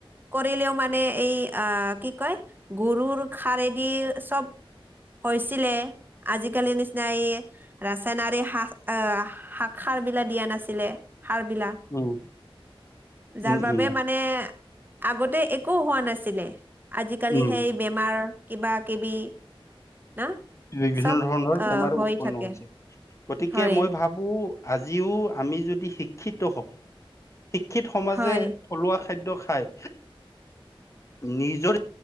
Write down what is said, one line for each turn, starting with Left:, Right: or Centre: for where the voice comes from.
Right: কৰিলেও মানে এই আহ কি কয় গৰুৰ হাৰেদি চব হৈছিলে আজিকালিৰ নিচিনা এই ৰাসায়ানিক সাৰ আহ সাৰ বিলাক দিয়া নাছিলে সাৰ বিলাক
Left: উম
Right: যাৰ
Left: উম
Right: বাবে
Left: উম
Right: মানে আগতে একো হোৱা নাছিলে আজিকালি
Left: উম
Right: সেই বেমাৰ কিবা কিবি না
Left: বিভিন্ন
Right: চব
Left: ধৰণৰ
Right: আহ
Left: বেমাৰ উৎপন্ন
Right: থাকে
Left: হৈ হৈছে গতিকে
Right: হয়
Left: মই ভাবো আজিও আমি যদি শিক্ষিত হওঁ শিক্ষিত সমাজে
Right: হয়
Left: থলুৱা খাদ্য খায় নিজৰ